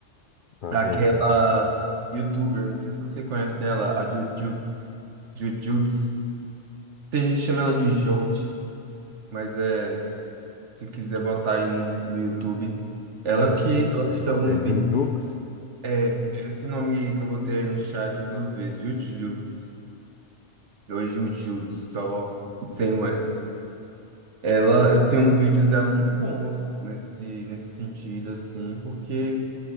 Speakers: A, on the left; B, on the right.
A: tá,
B: Aquela
A: é exato.
B: youtuber, não sei se você conhece ela, a Ju- Ju- Jujuts. Tem gente que chama ela de Jout, mas é, se quiser botar aí no, no YouTube, ela
A: Como
B: que
A: é que é?
B: eu assisto
A: É,
B: alguns vídeos,
A: é Jujux?
B: é, esse nome que eu botei aí no chat duas vezes, Jujuts, ou Jujuts, só sem o S. Ela,
A: Ju-
B: eu tenho uns vídeos dela muito bons nesse, nesse sentido, assim, porque